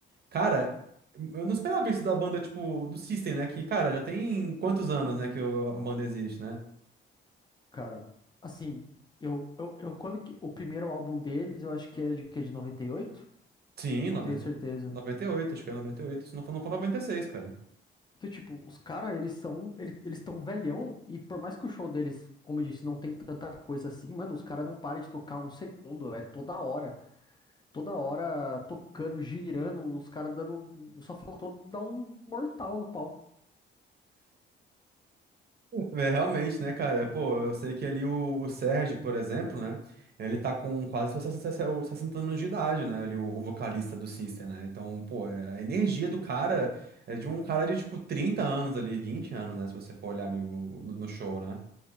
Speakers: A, on the right; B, on the left.
A: cara, eu não esperava isso da banda, tipo, do System, né? Que, cara, já tem quantos anos, né, que o- a banda existe, né?
B: Cara, assim, eu, eu, eu quando que, o primeiro álbum deles, eu acho que é de que de noventa e oito
A: Sim,
B: Não
A: noventa
B: tenho certeza.
A: noventa e oito acho que é 98. Se não for, não for noventa e seis cara.
B: Então, tipo, os caras, eles são. ele- Eles estão velhão, e por mais que o show deles, como eu disse, não tem tanta coisa assim, mano, os caras não param de tocar um segundo. É toda hora. Toda hora tocando, girando, os caras dando. Só faltou dar um mortal no palco.
A: É, realmente, né, cara? Pô, eu sei que ali o, o Sérgio, por exemplo, né? Ele tá com quase seus 60 60 anos de idade, né? Ali, o, o vocalista do System, né? Então, pô, é- a energia do cara é de um cara de tipo 30 anos ali, 20 anos, né? Se você for olhar no, no no show, né?